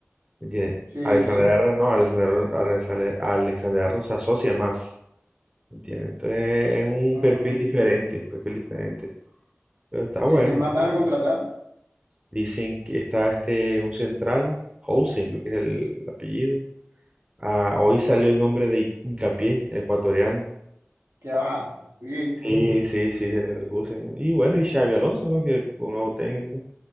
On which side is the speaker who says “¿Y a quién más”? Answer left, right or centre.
Right